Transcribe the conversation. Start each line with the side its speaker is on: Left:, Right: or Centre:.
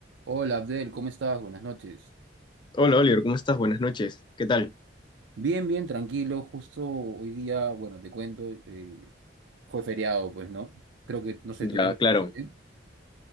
Right: Hola Abdel, ¿cómo estás? Buenas noches.
Left: Hola Oliver, ¿cómo estás? Buenas noches. ¿Qué tal?
Right: Bien, bien, tranquilo. Justo hoy día, bueno, te cuento, eh, fue feriado, pues, ¿no? Creo que, no sé,
Left: Ya,
Right: tú eres de
Left: claro.
Right: Perú, ¿eh?